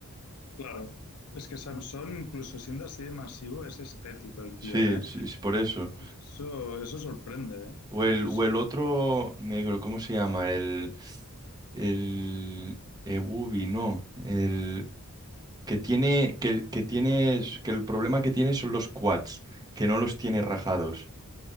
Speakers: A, on the left (about 85°); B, on the right (about 15°).
A: claro. Es que Samson, incluso siendo así de masivo, es estético el tío,
B: Sí,
A: ¿eh?
B: sí, sí, por eso.
A: Eso, eso sorprende, ¿eh?
B: O el,
A: Sí,
B: o
A: sí.
B: el otro negro, ¿cómo se llama? El, el Ebubi, no. El que tiene, que, que tiene, que el problema que tiene son los quads, que no los tiene rajados.